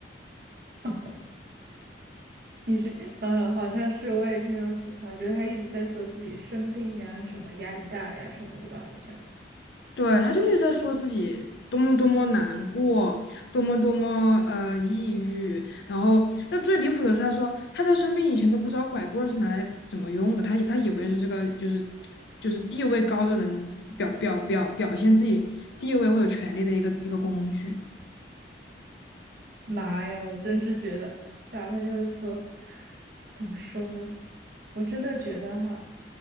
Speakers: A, on the right; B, on the left.
A: <laughs> 你是，嗯，好像是，我也听人吐槽，就是他一直在说自己生病啊，什么压力大呀、什么的吧，好像。
B: 对，他就是在说自己多么多么难过，多么多么呃抑郁。然后，那最离谱的是，他说他在生病以前都不知道拐棍儿是拿来怎么用的，他以他以为是这个就是就是地位高的人表表表表现自己地位或者权力的一个一个工具。
A: 妈呀，我真是觉得咱们就是说，怎么说呢？我真的觉得哈，